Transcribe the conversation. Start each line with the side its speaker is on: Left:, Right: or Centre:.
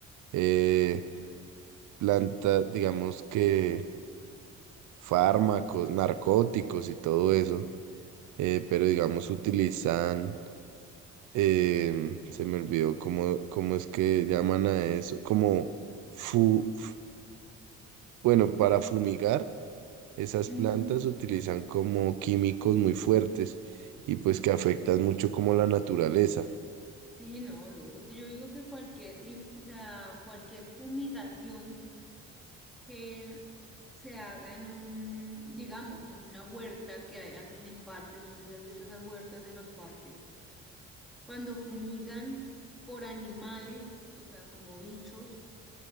Right: eh, plantas, digamos que fármacos, narcóticos y todo eso, eh, pero digamos utilizan, em, se me olvidó cómo, cómo es que llaman a eso, como, fu- f- bueno, para fumigar. Esas
Centre: Mm,
Right: plantas utilizan como químicos muy fuertes y pues que afectan mucho como la naturaleza.
Centre: Sí, no, lógico. Yo digo que cualquier, y- o sea, cualquier fumigación. que se haga en un, digamos, en una huerta que hay- hacen en parques, no sé si has visto esas huertas de los parques, cuando fumigan por animales, o sea, como bichos,